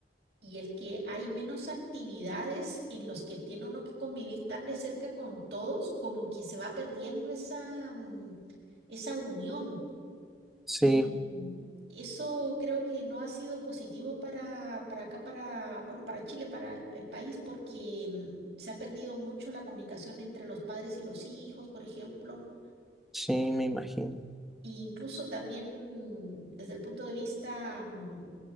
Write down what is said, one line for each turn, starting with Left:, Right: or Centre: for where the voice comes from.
Right: y el que hay menos actividades en los que tiene uno que convivir tan de cerca con todos, como que se va perdiendo esa, mm, esa unión.
Centre: sí,
Right: Y mm, eso creo que no ha sido positivo para, para acá, para, bueno, para Chile, para el, el país, porque mm, se ha perdido mucho la comunicación entre los padres y los hijos, por ejemplo.
Centre: sí, me imagino.
Right: Y incluso también desde el punto de vista mm,